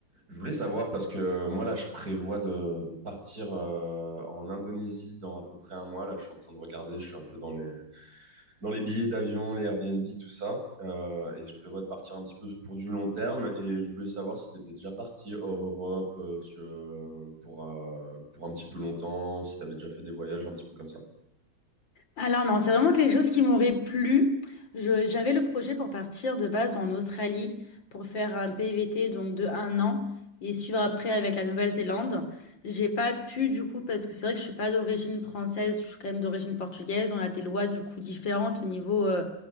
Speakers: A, on the right (about 50°); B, on the left (about 80°).
A: Je voulais savoir parce que moi là je prévois de, de partir euh, en Indonésie dans à peu près un mois. Là je suis en train de regarder, je suis un peu dans les dans les billets d'avion, les Airbnb, tout ça. Euh, et je prévois de partir un petit peu pour du long terme. Et je voulais savoir si tu étais déjà parti hors Europe euh, sur- euh, pour euh, pour un petit peu longtemps, si tu avais déjà fait des voyages un petit peu comme ça.
B: Alors non, c'est vraiment quelque chose qui m'aurait plu. Je- j'avais le projet pour partir de base en Australie pour faire un PVT donc de un an et suivre après avec la Nouvelle-Zélande. J'ai pas pu du coup parce que c'est vrai que je suis pas d'origine française, je suis quand même d'origine portugaise. On a des lois du coup différentes au niveau euh,